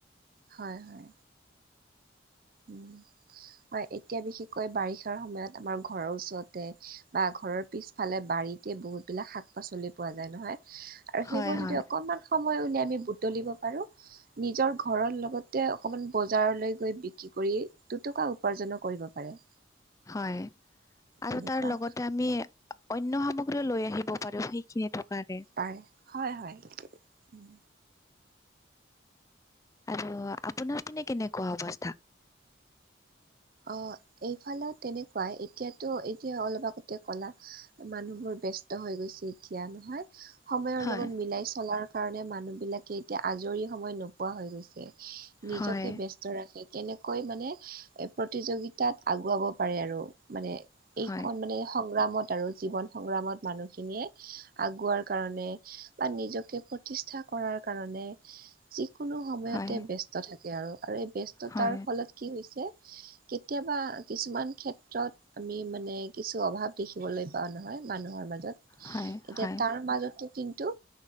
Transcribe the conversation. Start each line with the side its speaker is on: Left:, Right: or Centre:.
Right: হয়, হয়। উম! <inaudible> হয়, এতিয়া বিশেষকৈ, বাৰিষাৰ সময়ত, আমাৰ ঘৰৰ ওচৰতে বা ঘৰৰ পিছফালে, বাৰীতে বহুতবিলাক শাক-পাচলি পোৱা যায়, নহয় আৰু
Left: হয়
Right: সেইবোৰ
Left: হয়
Right: যদি, অকণমান সময় উলিয়াই আমি, বুটলিব পাৰোঁ। নিজৰ ঘৰৰ লগতে, অকমান বজাৰলৈ গৈ বিক্ৰী কৰি, দুটকা উপাৰ্জনো কৰিব পাৰে।
Left: হয়! আৰু
Right: তেনেকুৱা
Left: তাৰ লগতে আমি, অন্য সামগ্ৰী লৈ আহিব পাৰোঁ, সেইখিনি টকাৰে।
Right: পাৰে। হয়, হয়।
Left: আৰু আপোনাৰ পিনে, কেনেকুৱা অৱস্থা?
Right: অ'! এইফালেও তেনেকুৱাই! এতিয়াতো, এতিয়া অলপ আগতে আগতে ক'লা! মানুহবোৰ ব্যস্ত হৈ গৈছে, এতিয়া নহয়। সময়ৰ
Left: হয়
Right: লগত মিলাই চলাৰ কাৰণে, মানুহ বিলাকে এতিয়া, আজৰি সময় নোপোৱা হৈ গৈছে। নিজকে
Left: হয়
Right: ব্যস্ত ৰাখে। কেনেকৈ মানে প্ৰতিযোগিতাত আগুৱাব পাৰে আৰু। মানে, এইখন
Left: হয়
Right: মানে, সংগ্ৰামত আৰু জীৱন সংগ্ৰামত মানুহখিনিয়ে, আগুৱাৰ কাৰণে বা নিজকে প্ৰতিষ্ঠা কৰাৰ কাৰণে, যিকোনো সময়তে
Left: হয়
Right: ব্যস্ত থাকে আৰু। আৰু এই, ব্যস্ততাৰ
Left: হয়
Right: ফলত, কি হৈছে! কেতিয়াবা, কিছুমান ক্ষেত্ৰত আমি মানে, কিছু অভাৱ দেখিবলৈ পাওঁ নহয়, মানুহৰ মাজত। এতিয়া,
Left: হয় হয়
Right: তাৰ মাজতো কিন্তু,